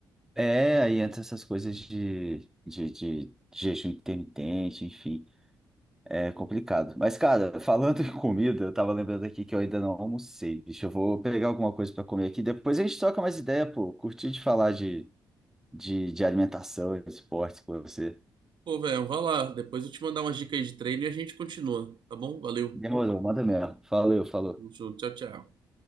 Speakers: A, in the centre; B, on the right.
A: É, aí entra essas coisas de, de, de jejum intermitente, enfim, é complicado. Mas, cara, <laughs> falando em comida, eu tava lembrando aqui que eu ainda não almocei. Deixa eu vou pegar alguma coisa pra comer aqui. Depois a gente troca mais ideia, pô. Curti de falar de, de, de alimentação, esporte com você.
B: Pô, velho, vai lá. Depois eu te mandar umas dicas aí de treino e a gente continua, tá bom? Valeu.
A: Demorou, manda mesmo. Valeu, falou.
B: Tamo junto. Tchau, tchau.